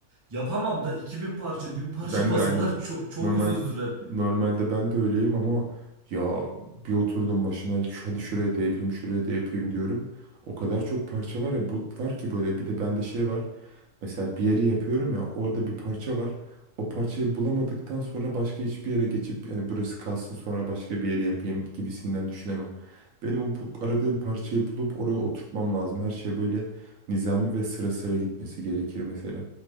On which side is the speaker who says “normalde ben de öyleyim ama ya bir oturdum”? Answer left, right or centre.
Right